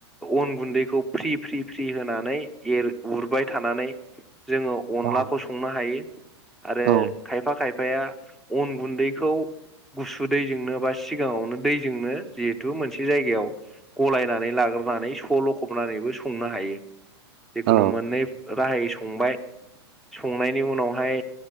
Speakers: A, in the centre; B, on the right (about 55°).
A: अन गुन्दैखौ फ्रि फ्रि फ्रि होनानैर उरबाय थानानै जोङो अनलाखौ
B: औ
A: संनो हायो आरो
B: औ
A: खायफा खायफा फाया अन गुन्दैखौ गुसु दैजोंनो बा सिगाङावनो दैजोंनो जिहेथु मोनसे जायगायाव गलायनानै लाग्रोनानै स' ल'खबनानैबो संनो हायो जिखुनु
B: औ
A: मोननै राहायै संबाय संनायनि उनावहाय